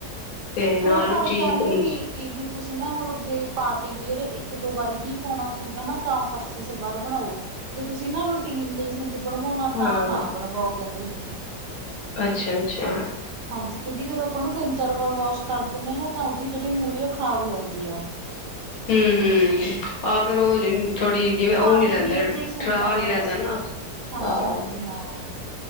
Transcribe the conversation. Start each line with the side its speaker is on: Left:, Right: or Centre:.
Left: ਤੇ ਨਾਲ
Right: ਹੁਣ ਪਰ
Left: ਉੱਚੀ
Right: ਕੈੰਦੇ
Left: ਕਮੀਜ਼
Right: ਵੀ ਇਹ ਵੀ ਤੁਸੀਂ ਨਾ ਮਤਲਬ ਜੇ ਪਾਰਟੀ ਵੀਅਰ ਇੱਕ ਦੋ ਵਾਰ ਹੀ ਪੋਣਾ ਓ ਸੂਟ ਹੈ ਨਾ ਤਾਂ ਫਰਸੀ ਸਲਵਾਰ ਬਣਾਓ। ਜੇ ਤੁਸੀਂ ਨਾ ਰੂਟੀਨ ਲਈ ਸੂਟ ਬਣਵੋਣਾ
Left: ਹਾਂ
Right: ਤਾਂ ਨਾ ਬਣਵਾਓ ਕੈੰਦੇ ਓਹ।
Left: ਅੱਛਾ, ਅੱਛਾ।
Right: ਹਾਂਜੀ, ਕਿਉਂਕਿ ਜਦੋਂ ਅਪਾਂ ਨਾ ਤਿੰਨ, ਚਾਰ ਵਾਰ ਵਾਸ਼ ਕਰ ਦੇਨੇ ਆ ਨਾ ਤਾਂ ਓਹਦੀ ਜੇੜੀ ਮੂਰੀ ਏ ਓਹ ਖ਼ਰਾਬ ਹੋ ਜਾਂਦੀ ਐ।
Left: ਹੂੰ ਹੂੰ, ਆਹ ਫੇਰ ਓਹ ਜੀਥੋੜੀ ਜਿਵੇਂ ਓਹ
Right: ਪਾਰਟੀ
Left: ਨੀ ਰੈੰਦਾ
Right: ਵੀਅਰ ਜਿਹੀ ਸੂਟ
Left: ਠਰਾ
Right: ਆ
Left: ਨੀ ਰੈੰਦਾ
Right: ਬਸ
Left: ਨਾ,
Right: ਹਾਂਜੀ
Left: ਆਹ।
Right: ਹਾਂਜੀ ਹਾਂ।